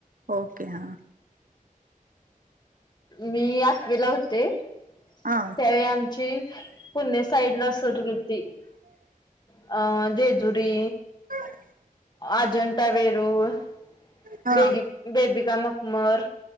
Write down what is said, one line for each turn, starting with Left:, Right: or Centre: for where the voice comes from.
Right: ओके हां.
Left: मी आठवीला होते
Right: हा
Left: त्यावेळी आमची. पुणे साईडला सहल गेलती अ जेजुरी,
Right: <unintelligible>
Left: अजंटा वेरूळ,
Right: हा
Left: बेबी बेबिका मकमर